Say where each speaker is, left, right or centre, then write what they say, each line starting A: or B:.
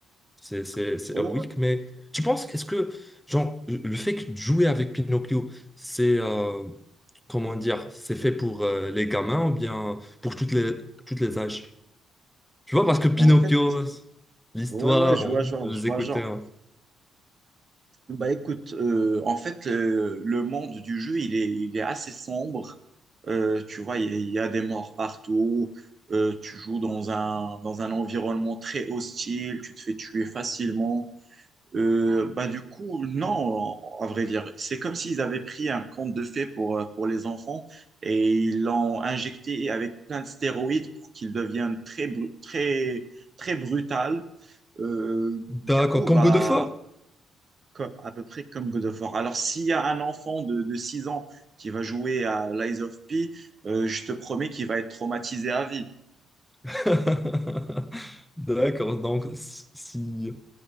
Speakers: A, in the centre; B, on the right.
A: C'est c'est- c'est
B: Oh,
A: héroïque, mais tu penses, est-ce que, genre, le fait que de jouer avec Pinocchio, c'est, euh, comment dire, c'est fait pour euh, les gamins ou bien pour toutes les, toutes les âges? Tu vois, parce que Pinocchio,
B: en fait,
A: l'histoire,
B: Ouais, ouais, je
A: hein,
B: vois genre,
A: je les
B: je vois
A: écoutais.
B: genre.
A: hein.
B: Bah écoute, euh, en fait, euh, le monde du jeu, il est, il est assez sombre. Euh, tu vois, il y, a il y a des morts partout. Euh, tu joues dans un, dans un environnement très hostile. Tu te fais tuer facilement. Euh, bah du coup, non, à vrai dire. C'est comme s'ils avaient pris un conte de fées pour, euh, pour les enfants et ils l'ont injecté avec plein de stéroïdes pour qu'ils deviennent très, bru- très, très brutal. Euh,
A: D'accord,
B: du coup,
A: comme
B: bah
A: God of War.
B: co- à peu près comme God of War. Alors, s'il y a un enfant de, de 6 ans qui va jouer à Lies of P, euh, je te promets qu'il va être traumatisé à vie.
A: <laughs> D'accord, donc si si-